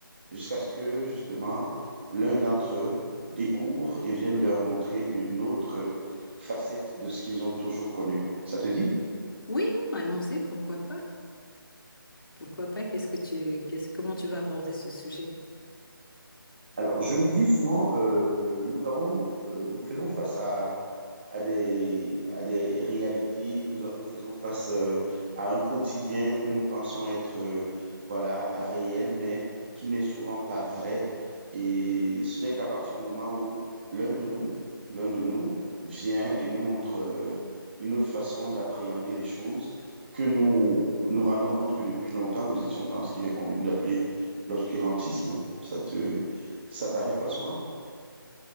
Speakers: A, on the right; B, on the left.
A: jusqu'à ce que justement l'un d'entre eux découvre et vienne leur montrer une autre facette de ce qu'ils ont toujours connu. Ça te dit?
B: Oui, non, allons-y, pourquoi pas? Pourquoi pas? Qu'est-ce que tu, qu'est-ce, comment tu vas aborder ce sujet?
A: Alors, je me dis souvent, euh, euh, nous avons, euh, nous faisons face à à des, à des réalités, nous, a- nous faisons face euh, à un quotidien que nous pensons être euh, voilà, réel, mais qui n'est souvent pas vrai. Et ce n'est qu'à partir du moment où l'un de nous, l'un de nous vient et nous montre euh, une autre façon d'appréhender les choses que nous nous rendons compte que depuis longtemps, nous étions dans ce qu'il est convenu d'appeler l'obscurantisme. Ça te, ça t'arrive pas souvent?